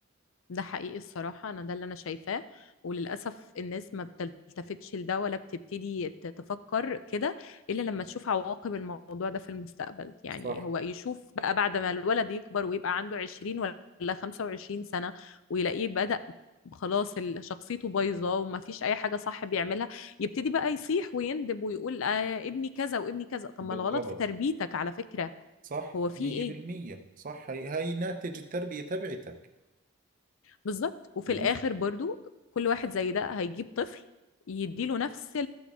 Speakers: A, on the left (about 60°); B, on the right (about 40°).
A: ده حقيقي الصراحة أنا ده اللي أنا شايفاه وللأسف الناس ما بتلتفتش لده ولا بتبتدي ت- تفكر كده إلا لما تشوف عواقب الموضوع ده في المستقبل يعني
B: صح
A: هو يشوف بقى بعد ما الولد يكبر ويبقى عنده 20 ولا 25 سنة ويلاقيه بدأ خلاص ال- شخصيته بايظة وما فيش أي حاجة صح بيعملها يبتدي بقى يصيح ويندب ويقول آه ابني كذا وابني كذا طب
B: بالضبط
A: ما الغلط في تربيتك على فكرة
B: صح
A: هو في
B: 100%
A: إيه؟
B: صح هاي هاي ناتج التربية تبعتك
A: بالظبط وفي
B: يعني
A: الاخر برضو كل واحد زي ده هيجيب طفل يديله نفس